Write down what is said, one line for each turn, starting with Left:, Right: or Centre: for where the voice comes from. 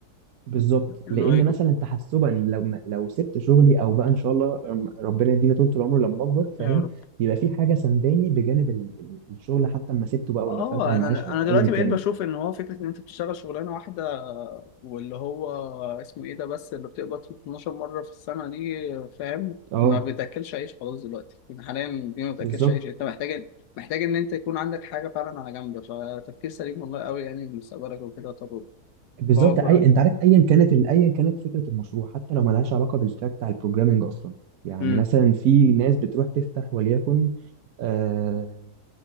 Right: بالظبط
Left: ان
Right: لان
Left: هو يكون
Right: مثلا تحسبا لو ما- لو سبت شغلي او بقى ان شاء الله رم- ربنا يدينا طول العمر لما اكبر فاهم
Left: يا رب
Right: يبقى في حاجه سنداني بجانب ال- ال- الشغل حتى اما سبته بقى
Left: اه
Right: ولا طلعت على
Left: انا
Right: المعاش او
Left: انا دلوقتي
Right: ايا كان
Left: بقيت بشوف ان هو فكره ان انت بتشتغل شغلانه واحده واللي هو اسمه ايه ده بس اللي بتقبض 12 مره في السنه دي فاهم
Right: اه
Left: ما بتاكلش عيش خلاص دلوقتي يعني حاليا دي ما بتاكلش
Right: بالظبط
Left: عيش انت محتاج محتاج ان انت يكون عندك حاجه فعلا على جنب فتفكير سليم والله قوي يعني لمستقبلك وكده طب
Right: بالظبط
Left: الله اكبر
Right: اي
Left: عليك
Right: انت عارف ايا كانت ال- ايا كانت فكره المشروع حتى لو ملهاش علاقه بالتراك بتاع البروجرامنج اصلا يعني
Left: امم
Right: مثلا في ناس بتروح تفتح وليكن آه،